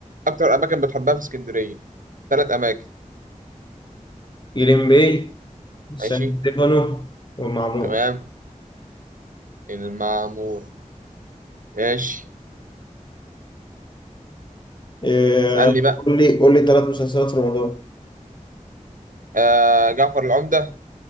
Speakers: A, on the right; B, on the left.
A: اكتر اماكن بتحبها في اسكندريه ثلاث اماكن
B: جليم باي سان
A: ماشي
B: ستيفانو والمعمورة
A: تمام المعمور ماشي
B: إيه،
A: مم، اسالني بقى
B: قول لي قول لي ثلاث مسلسلات في رمضان
A: آه جعفر العمده